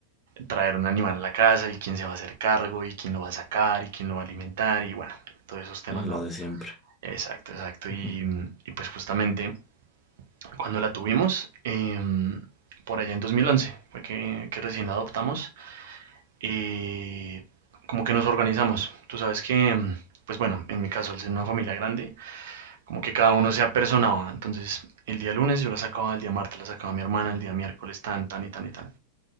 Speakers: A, on the right; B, on the left.
A: traer un animal a la casa y quién se va a hacer cargo y quién lo va a sacar y quién lo va a alimentar y bueno, todos esos temas,
B: Sí, lo
A: ¿no?
B: de siempre.
A: Exacto, exacto.
B: <laughs>
A: Y, y pues justamente cuando la tuvimos, em, por allá en 2011, fue que, que recién la adoptamos, eh, como que nos organizamos. Tú sabes que, em, pues bueno, en mi caso, al ser una familia grande, como que cada uno se apersonaba. Entonces, el día lunes yo la sacaba, el día martes la sacaba mi hermana, el día miércoles tan, tan y tan y tan.